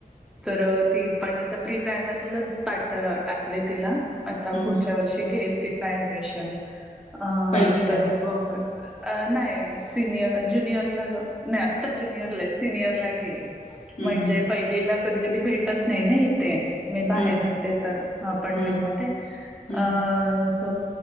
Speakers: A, in the centre; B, on the left.
A: <unintelligible> तर ती पण आ प्री प्रायमरीलाच पाठ टाकले तिला <unintelligible> आता
B: हम्म
A: पुढच्या वर्षी घेईल तिचा ऍडमिशन अ
B: पहिलीला
A: तर
B: का?
A: बघत <unintelligible> अ नाही सिनियर ज्युनियरला नाही आत्ता ज्युनियरला सिनियर ला घेईन <unintelligible>
B: हम्म
A: म्हणजे पहिलीला कधी कधी भेटत नाही ना इथे <unintelligible> मी बाहेर
B: हम्म
A: राहते तर पनवेल
B: हम्म
A: मध्ये
B: हम्म
A: अ <unintelligible> स